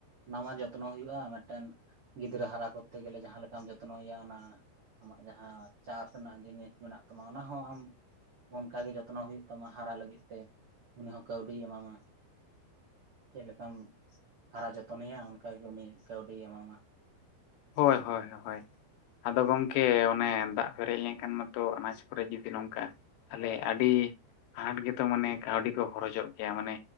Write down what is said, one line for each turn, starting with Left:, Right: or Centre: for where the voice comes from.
Right: ᱚᱱᱟ ᱢᱟ ᱡᱚᱛᱱᱚ ᱦᱩᱭᱩᱜ-ᱟ ᱢᱤᱫᱴᱮᱱ ᱜᱤᱫᱽᱨᱟᱹ ᱦᱟᱨᱟ ᱠᱚᱨᱛᱮ ᱜᱮᱞᱮ ᱡᱟᱦᱟᱸ ᱞᱮᱠᱟᱢ ᱡᱚᱛᱱᱚᱭᱮᱭᱟ ᱚᱱᱟ ᱟᱢᱟᱜ ᱡᱟᱦᱟᱸ ᱪᱟᱥ ᱨᱮᱱᱟᱜ ᱡᱤᱱᱤᱥ ᱢᱮᱱᱟᱜ ᱛᱟᱢᱟ ᱚᱱᱟ ᱦᱚᱸ ᱟᱢ ᱚᱱᱠᱟ ᱜᱮ ᱡᱚᱛᱱᱚ ᱦᱩᱭᱩᱜ ᱛᱟᱢᱟ ᱦᱟᱨᱟ ᱞᱟᱹᱜᱤᱫ ᱛᱮ ᱩᱱᱤ ᱦᱚᱸ ᱠᱟᱹᱣᱰᱤᱭ ᱮᱢᱟᱢᱟ ᱪᱮᱞᱮᱠᱟᱢ ᱦᱟᱨᱟ ᱡᱚᱛᱚᱱᱮᱭᱟ ᱚᱱᱠᱟ ᱜᱮ ᱩᱱᱤ ᱠᱟᱹᱣᱰᱤᱭ ᱮᱢᱟᱢᱟ
Left: ᱦᱳᱭ ᱦᱳᱭ ᱦᱳᱭ ᱟᱫᱚ ᱜᱚᱝᱠᱮ ᱚᱱᱮ ᱫᱟᱜ ᱯᱮᱨᱮᱡ ᱞᱮᱱᱠᱷᱟᱱ ᱢᱟᱛᱚ ᱟᱱᱟᱡ ᱠᱚᱨᱮ ᱡᱩᱫᱤ ᱱᱚᱝᱠᱟ-ᱟ ᱛᱟᱦᱚᱞᱮ ᱟᱹᱰᱤ ᱟᱴ ᱜᱮᱛᱚ ᱢᱟᱱᱮ ᱠᱟᱹᱣᱰᱤ ᱠᱚ ᱠᱷᱚᱨᱚᱪᱚᱜ ᱜᱮᱭᱟ ᱢᱟᱱᱮ